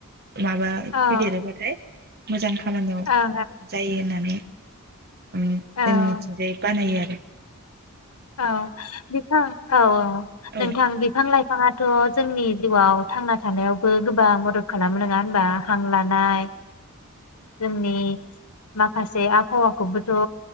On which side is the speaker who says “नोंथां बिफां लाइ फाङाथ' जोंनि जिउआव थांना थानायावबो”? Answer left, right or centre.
Left